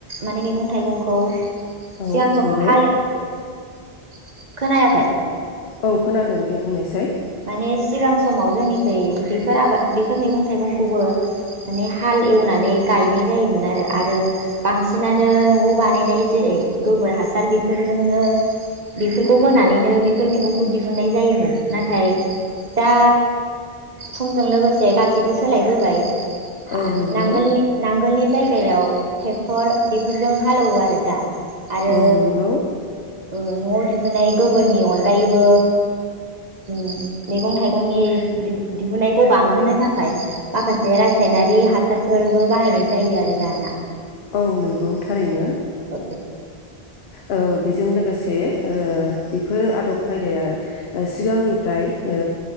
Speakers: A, on the right; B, on the left.
A: माने मैगं थाइगंखौ सिगां
B: औ
A: समाव
B: नंगौ
A: हाल <inaudible> खोनायाखै
B: औ खोनादों दे बुंनायसाय
A: माने सिगां समाव जोंनिखै बेफोर आबाद बेफोर मैगं थाइगंखौबो माने हाल एवनानै गायनाय जायोमोन आरो आरो बांसिनानो नआव बानायनाय जेरै गोबोर हासार बेफोरजोंनो बेफोरखौ होनानैनो बेफोर मैगंखौ दिहुननाय जायोमोन नाथाय नाथाय दा समजों लोगोसे गासैबो सोलायबोबाय हा
B: औ
A: - हा
B: नंगौ
A: नांगोलनि नांगोलनि जायगायाव ट्रेक्टर बेफोरजों हालेवो आरो दा आरो
B: औ नंगौ
A: ओ नआव दिहुनाय गोबोरनि अनगायैबो उम मैगं थाइगंनि दिहुननायखौ बांहोनो थाखाय माखासे रायनारि हासारफोरबो बाहायनाय जायो आरो दाना
B: औ नंगौ थारैनो
A: औ
B: ओ बेजों लोगोसे ओ बेफोरो आदब खायदाया सिगांनिफ्राय ओ